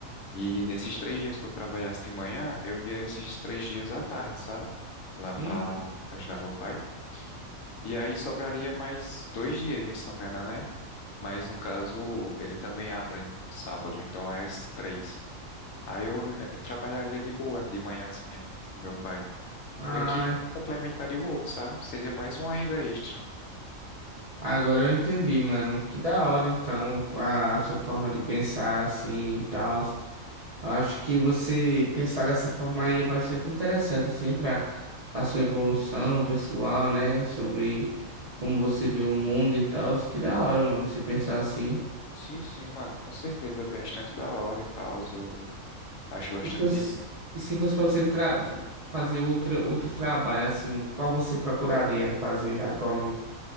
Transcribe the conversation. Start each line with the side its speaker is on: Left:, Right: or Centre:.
Left: e nesses três dias que eu trabalhasse de manhã, eu ia esses três dias à tarde, sabe? Lá para
Right: Uhum.
Left: ajudar meu pai. E aí sobraria mais dois dias de semana, né? Mas no caso, ele também abre no sábado, então é as três. Aí eu re- trabalharia de boa de manhãzinha com meu pai.
Right: Ai,
Left: Meio que um complementaria o outro, sabe? Seria mais uma renda extra.
Right: agora eu entendi, mano. Que da hora, então, a sua forma de pensar assim e tal. Acho que você pensar dessa forma aí é bastante interessante, assim, para a sua evolução pessoal, né? Sobre como você vê o mundo e tal. Que da hora, mano, você pensar assim.
Left: Sim, sim, mano, com certeza. É bastante da hora e tal. Eu acho bastante.
Right: E se fosse, e se fosse pra você tra- fazer outra, outro trabalho, assim, qual você procuraria fazer atualmente?